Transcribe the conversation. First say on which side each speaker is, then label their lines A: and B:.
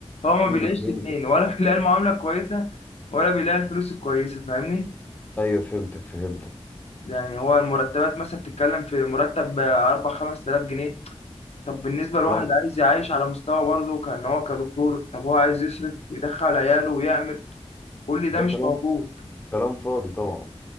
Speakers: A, on the left; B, on the left.
A: هو ما
B: امم
A: بيلاقيش
B: فهمتك
A: الاثنين ولا <laughs> بيلاقي المعامله الكويسه ولا بيلاقي الفلوس الكويسه فاهمني
B: ايوه فهمتك فهمتك
A: يعني هو المرتبات مثلا بتتكلم في مرتب 4 5000 جنيه طب بالنسبه لواحد
B: كلام
A: عايز يعيش على مستوى برضه كان هو كدكتور طب هو عايز يصرف ويدخل عياله ويعمل كل
B: ده
A: ده مش
B: كلام
A: موجود
B: كلام فاضي طبعا